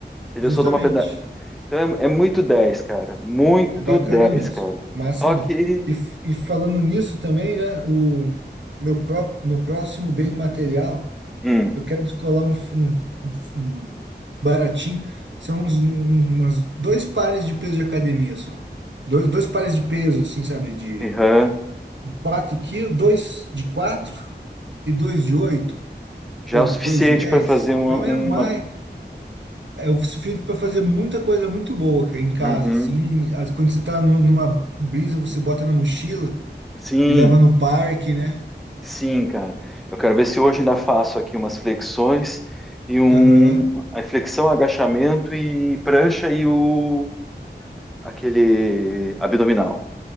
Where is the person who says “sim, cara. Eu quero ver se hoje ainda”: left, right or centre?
Centre